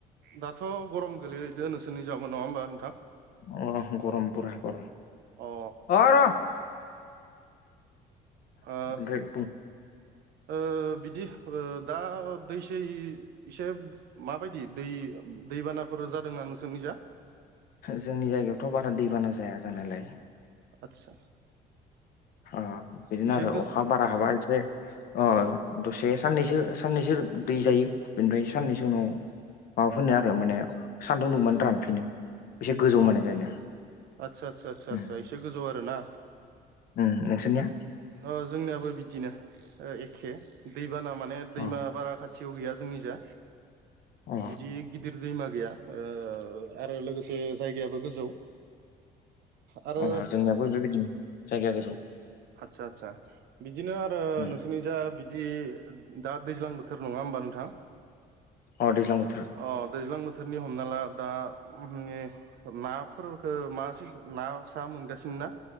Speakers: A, on the right; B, on the left.
A: दाथ' गरम गोलैैदो नोंसोरनिजाबो नङा होमबा नोंथां
B: अ गरम पुरा गरम
A: अ
B: अ र' ओमफ्राय
A: ओ
B: बुं
A: ओ बिदि ओ दा दै सै इसे माबायदि दै दैबानाफोर जादों ना नोंसोरनिजा
B: जोंनि जायगायावथ' बारा दैबाना जाया जानायालाय।
A: आदसा
B: अ बिदिनो
A: एसे
B: आरो
A: गोज
B: अखा बारा हाबा एसे अ
A: उम
B: दसे साननैसो साननैसो दै जायो बेनिफ्राय साननैसो
A: उम
B: उनाव माबाफिनो आरो माने सान्दुं दुंबानो रानफिनो। एसे गोजौ
A: अ
B: माने जायगाया
A: आदस आदसा आदसा
B: उम
A: आदसा <unintelligible> गोजौ आरो ना
B: उम नोंसोरनिया
A: ओ जोंनियाबो बिदिनो ओ एखे दैबाना माने दैमा
B: अ
A: बारा खा थियाव गैया जोंनि जा।
B: अ
A: बिदि गिदिर दैमा गैया ओ आरो लोगोसे <unintelligible> जायगायाबो गोजौ आरो
B: अ जोंनियाबो बेबायदिनो जायगा गोजौ
A: आदसा आदसा बिदिनो आरो
B: उम
A: नोंसोरनि जा बिदि दा दैज्लां बोथोर नङा होमबा नोंथां
B: अ दैज्लां बोथोर।
A: अ दैज्लां बोथोरनि हमना ला दा <unintelligible> नाफोरखो मा <unintelligible> ना सा मोनगासिनो ना